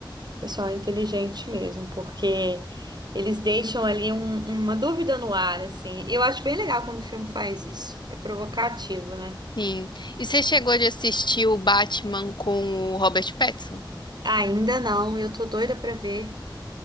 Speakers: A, on the right; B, on the left.
A: Pessoal inteligente mesmo, porque eles deixam ali um- uma dúvida no ar, assim. E eu acho bem legal quando o filme faz isso. É provocativo, né?
B: sim. E você chegou de assistir o Batman com o Robert Pattinson?
A: Ainda não, eu tô doida pra ver.